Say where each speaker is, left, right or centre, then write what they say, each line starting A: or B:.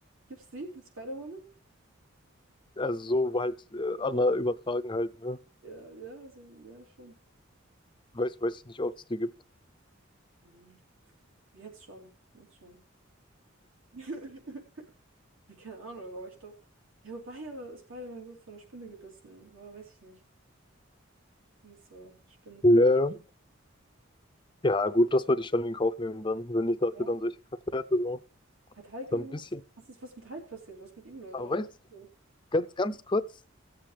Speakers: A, on the right (about 80°); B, on the left (about 25°).
A: Gibt's die? Gibt's Spider-Woman?
B: Also so halt äh, Anna übertragen halt, ne?
A: Ja, ja, so, ja, schon.
B: Weiß, weiß ich nicht, ob es die gibt.
A: Hm, Jetzt schon. Jetzt schon. <laughs> Ja, Keine Ahnung, aber ich glaube. Ja, wobei, aber Spider-Man wurde von einer Spinne gebissen. Boah, weiß ich nicht. Nicht so. Spinnen finde
B: Ja.
A: ich.
B: Ja, gut, das würde ich schon in Kauf nehmen dann, wenn ich dafür
A: Ja.
B: dann solche Kräfte hätte. So,
A: Hat Hulk
B: so
A: irgendwas?
B: ein bisschen.
A: Was ist was mit Hulk passiert? Was ist mit ihm los?
B: Aber
A: Warum
B: weißt
A: ist er
B: du,
A: so?
B: ganz, ganz kurz.